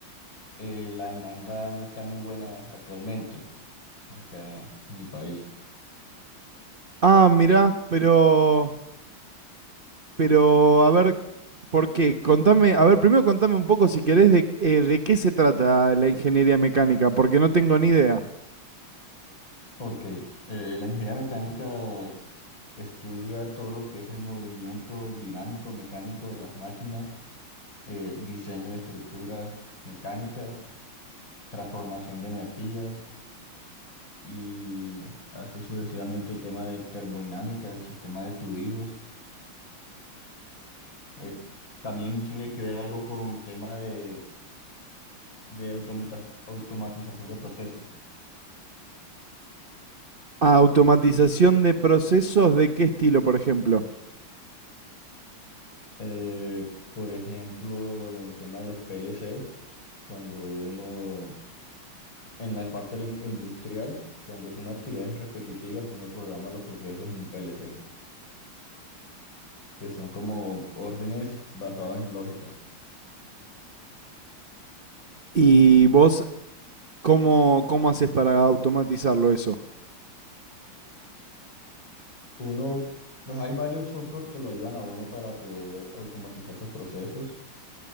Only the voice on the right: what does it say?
Ah, mirá, pero, pero, a ver, ¿por qué? Contame, a ver, primero contame un poco si querés de, eh, de qué se trata la ingeniería mecánica, porque no tengo ni idea.
Automatización de procesos, ¿de qué estilo, por ejemplo?
¿Y vos cómo, cómo haces para automatizarlo eso?